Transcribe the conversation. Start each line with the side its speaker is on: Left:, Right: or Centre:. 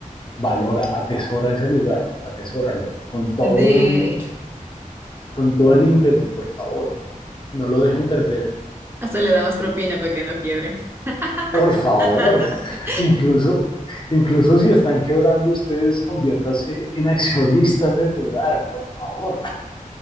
Left: valora, atesora ese lugar, atesóralo con todo
Right: Sí,
Left: el, con todo el ímpetu, por favor. No lo dejen perder,
Right: hasta le da más propina para que no quiebre.
Left: por
Right: <laughs>
Left: favor. Incluso, incluso si están quebrando ustedes, conviértase en accionistas del lugar, por favor.